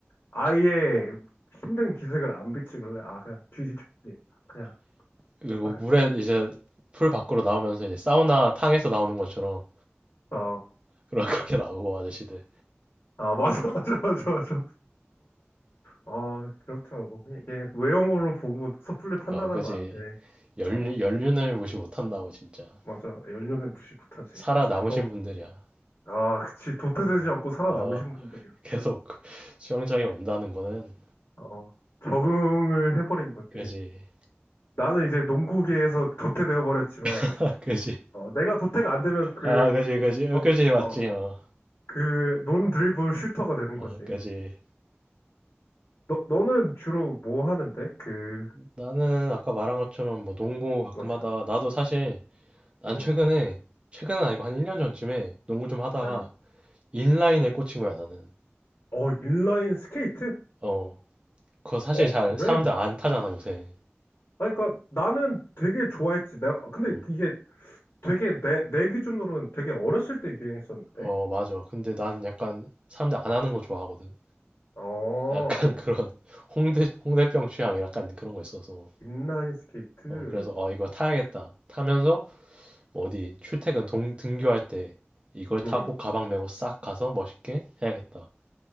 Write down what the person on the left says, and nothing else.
아예 힘든 기색을 안 비치길래, 아, 그냥 뒤지쳤지. 그냥,
아,
어,
아, 맞아, <laughs> 맞아, 맞아, 맞아. 어, 어, 그렇더라고. 이게 외형으로 보고 섣불리 판단하면
안 돼.
어.
맞아. 연료는 무시 못하지.
너,
아, 그치. 도태되지
않고 살아남으신
분들이야.
어, 적응을 해버린 거지.
나는 이제 농구계에서 도태되어 버렸지만,
어, 내가 도태가 안 되면 그,
어,
어,
그, 논 드리블 슈터가 되는
거지.
너, 너는 주로 뭐 하는데? 그,
그거 시간에.
음,
나,
어, 인라인 스케이트?
어,
그래?
아, 그니까 나는 되게 좋아했지. 내가, 근데
이게 되게 내, 내 기준으로는 되게 어렸을 때 유행했었는데.
어,
인라인 스케이트.
음.